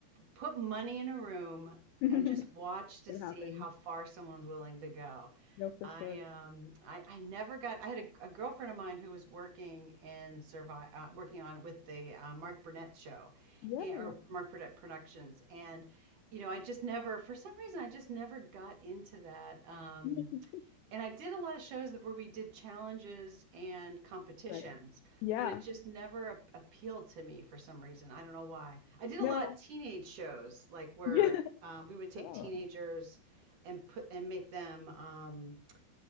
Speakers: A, on the right; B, on the left.
A: put money in a room
B: <laughs>
A: and just watch to
B: It
A: see
B: happens.
A: how far someone's willing to go.
B: No, for
A: I
B: sure.
A: um I, I never got I had a, a girlfriend of mine who was working in survive uh, working on with the uh, Mark Burnett show
B: Yeah.
A: and, or
B: wow.
A: Mark Burnett Productions and you know I just never for some reason I just never got into that um
B: <laughs>
A: and I did a lot of shows that where we did challenges and competitions,
B: Right. Yeah.
A: but it just never a- appealed to me for some reason. I don't know why. I did a
B: No.
A: lot of teenage shows, like where
B: <laughs>
A: uh, we would take
B: Oh.
A: teenagers and put and make them um,